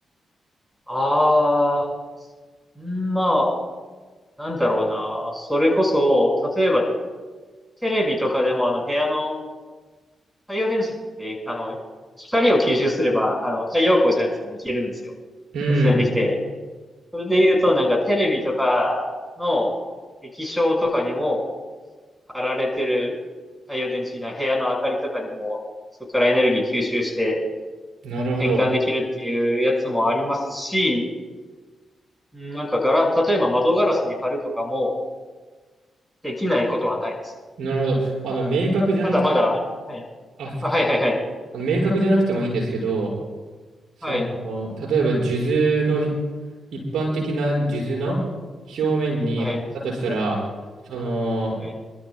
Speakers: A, in the centre; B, on the right.
A: あー、んまあ、なんだろうな。それこそ、例えばテレビとかでもあの部屋の太陽電池って、あの、光を吸収すれば、あの、太陽光じゃなくてもいけるんですよ。
B: うん。
A: 突然できて。それで言うと、なんかテレビとかの液晶とかにも貼られてる太陽電池な部屋の明かりとかでも、そこからエネルギー吸収して
B: なるほど。
A: 変換できるっていうやつもありますし、うんなんかガラ、例えば窓ガラスに貼るとかもできないことはないです。
B: なるほど。あの、明確じゃなくて、
A: ただまだ、はい。
B: あ、ちょっとごめんあの、
A: あはいはいはい。
B: 明確じゃなくてもいいんですけど、その、
A: はい。
B: 例えば、数珠の、一般的な数珠の表面に貼ったとしたら、
A: はい。
B: その、
A: はい。